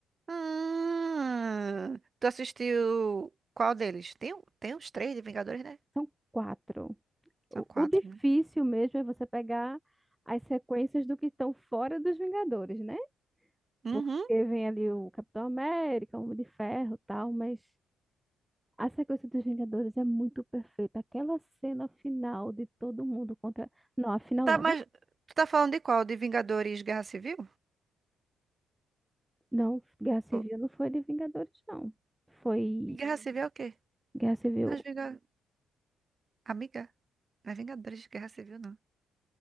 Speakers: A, on the right; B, in the centre.
A: Ah, tu assistiu qual deles? Tem, um- tem uns três de Vingadores, né?
B: São quatro.
A: São
B: O,
A: quatro,
B: o difícil
A: né?
B: mesmo é você pegar as sequências do que estão fora dos Vingadores, né?
A: Uhum.
B: Porque vem ali o Capitão América, o Homem de Ferro, tal, mas a sequência dos Vingadores é muito perfeita. Aquela cena final de todo mundo contra. Não, a final
A: Tá,
B: não,
A: mas
B: né?
A: tu tá falando de qual? De Vingadores Guerra Civil?
B: Não, Guerra Civil
A: Ou-
B: não foi de Vingadores, não. Foi
A: Guerra Civil é o quê?
B: Guerra Civil.
A: Nós Vinga... Amiga, não é Vingadores de Guerra Civil, não.